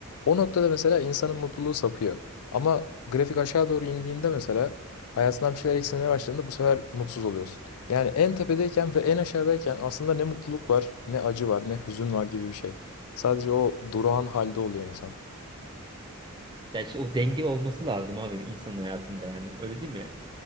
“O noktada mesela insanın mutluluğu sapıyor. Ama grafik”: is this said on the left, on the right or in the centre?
Left